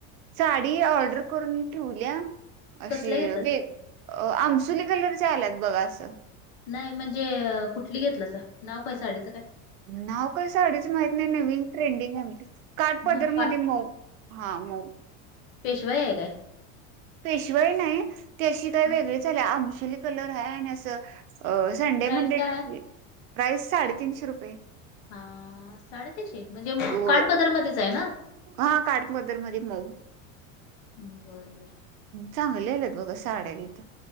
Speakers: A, on the right; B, on the left.
A: साडी ऑर्डर
B: कस-
A: करून ठेवल्या अशी
B: कसल्या घेतलासा
A: वे अ आमसुली कलरचे आल्यात बघा असं.
B: नाही म्हणजे कुठली घेतलं अस नाव काय साडीचं काय?
A: नाव का साडीच माहित नाही नवीन ट्रेंडिंग आहे म्हणे काठ पदर
B: हा काठ
A: मध्ये म हा माऊ.
B: पेशवाई हाय काय?
A: पेशवाई नाही त अशी काय
B: हा
A: वेगळीचल्या आमसुली कलर ह आणि असं संडे
B: प्राईस
A: मंडे
B: काय आहे
A: प्राइस साडेतीनशे रुपये.
B: हा. साडेतीनशे म्हणजे मग
A: तो
B: काठपदरमध्येध्येच आहे ना.
A: हा काठ पदर मध्ये मऊ
B: ह्म बर बर.
A: चांगलेलेलेत बघा साड्या तिथं.